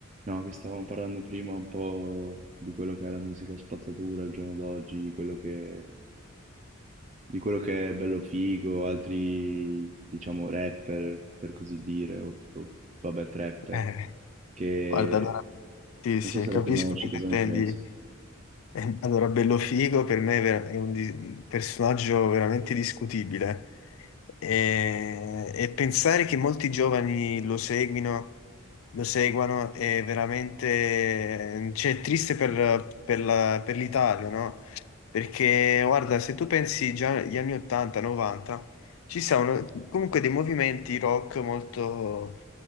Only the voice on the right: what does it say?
No, che stavamo parlando prima un po' di quello che è la musica spazzatura al giorno d'oggi, di quello che, di quello che è bello figo, altri, diciamo, rapper, per così dire, o, o, vabbè, trapper,
che
non
so se
lo conosci,
cosa ne pensi?